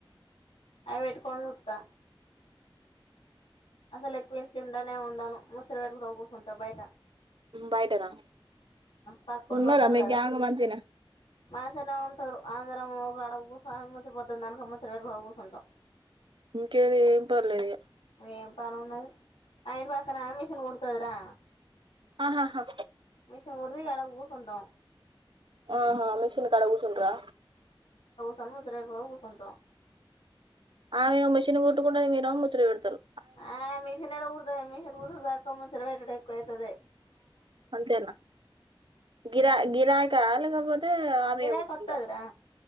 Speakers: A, on the left (about 85°); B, on the right (about 60°).
A: అయి పెట్టుకోని చూత్తా అసలు ఎక్కువ ఇంట్ల ఉండనే ఉండను ముచ్చట పెట్టుకుంటా పో ఉంటా బయట
B: బయటనా
A: పక్కోళ్ళు
B: ఉన్నారా
A: ఉంటారు
B: మీ
A: కదా
B: గ్యాంగ్ మంచిగనే
A: మాసనా ఉం టారు అందరం ఒకాడ కూసోని మూసిపోద్దా దానికి ముచ్చట పెట్టుకొని కూర్చుంటాం
B: ఇంకేమి ఏం పర్లేద ఇగ
A: మా ఇంటి పక్కనామే మిషన్ కుడతది రా
B: ఆహాహా
A: మిషన్ కుడతది ఇంక ఆడ కూసుంటం
B: ఆహా మిషన్ కాడ కూచుంటరా
A: సన్జై బకుస్తుంటం
B: ఆమె మిషిన్ కొట్టుకుంటేది మీరు ముచ్చో పెడతారు
A: ఆ మషన్ ఎలా కుడదా మిషన్ కుదా ముసరట ద
B: అంతేనా గిరా గిరా కాాలగాపో ఆమె
A: గిరాకి
B: కుట్టుకుంట
A: వత్తదిరా